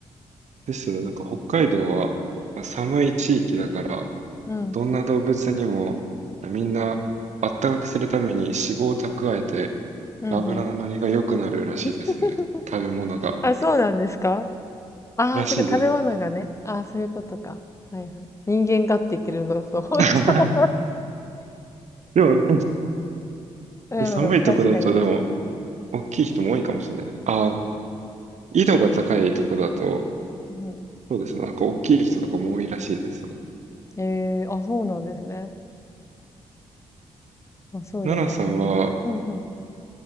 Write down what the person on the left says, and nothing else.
うん。
うんうん。
<laughs>
あ、そうなんですかああー、
そういうこと食べ物がね。ああ、そういうことか。はいはい。人間がって言ってるのと、<laughs> 本当程
うん、
確かに確かに。
うんう
ん、ええ、あ、そうなんですね。まあ、そうじゃないと。
うんうん。うん